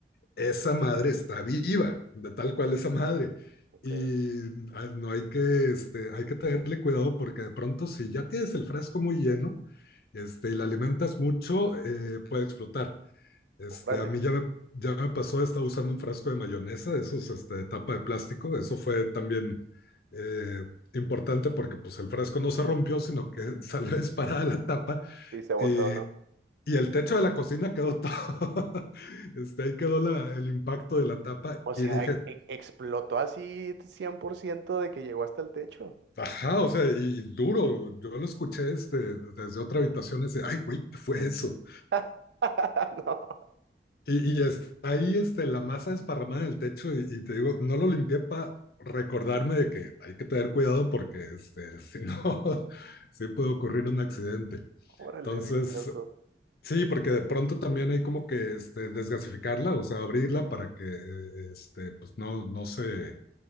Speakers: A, on the left; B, on the right.
A: esa madre está viva, de tal cual esa madre.
B: ok.
A: Y ah, no hay que, este, hay que tenerle cuidado porque de pronto si ya tienes el frasco muy lleno, este, y la alimentas mucho, eh, puede explotar. Este,
B: Órale.
A: a mí ya me, ya me pasó, estaba usando un frasco de mayonesa, de esos, este, de tapa de plástico. Eso fue también eh, importante porque pues el frasco no se rompió, sino que <laughs> salió disparada la tapa
B: Sí, se botó,
A: y,
B: ¿no?
A: y el techo de la cocina quedó todo, <laughs> este, ahí quedó la, el impacto de la tapa
B: O
A: y
B: sea,
A: dije,
B: e- explotó así 100% de que llegó hasta el techo.
A: ajá, o sea, y, y duro, yo lo escuché este, desde otra habitación, ese, ay, güey, ¿qué fue eso?
B: <laughs> No,
A: Y, y está ahí este, la masa desparramada en el techo y, y te digo, no lo limpié para recordarme de que hay que tener cuidado porque este, si no, <laughs> sí puede ocurrir un accidente.
B: órale,
A: Entonces,
B: güey, qué loco.
A: sí, porque de pronto también hay como que este, desgasificarla, o sea, abrirla para que eh, este, pues no, no se